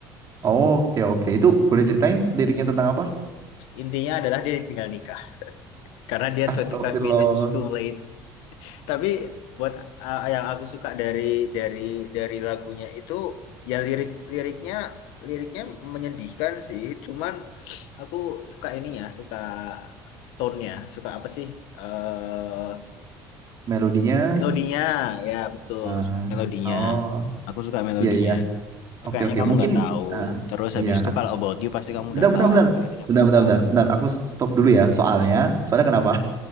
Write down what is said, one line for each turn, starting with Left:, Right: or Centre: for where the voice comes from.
Right: Oke, oke. Itu boleh ceritain liriknya tentang apa?
Left: intinya adalah dia ditinggal nikah karena dia
Right: Astagfirullah.
Left: twenty five minutes too late Tapi buat uh, yang aku suka dari dari dari lagunya itu ya lirik liriknya liriknya menyedihkan sih. Cuman aku suka ininya, suka tone-nya, suka apa sih? eh
Right: Melodinya.
Left: melodinya, ya betul,
Right: ah,
Left: suka melodinya.
Right: oh,
Left: Aku suka melodinya.
Right: iya, iya.
Left: Itu
Right: Oke,
Left: kayaknya
Right: oke.
Left: kamu
Right: Mungkin,
Left: nggak tahu.
Right: ah,
Left: Terus
Right: iya.
Left: habis itu kalau About You pasti kamu
Right: Bentar,
Left: udah
Right: bentar,
Left: tahu
Right: bentar.
Left: karena itu udah
Right: Bentar,
Left: viral.
Right: bentar, bentar. Bentar, aku stop dulu ya. Soalnya, soalnya kenapa?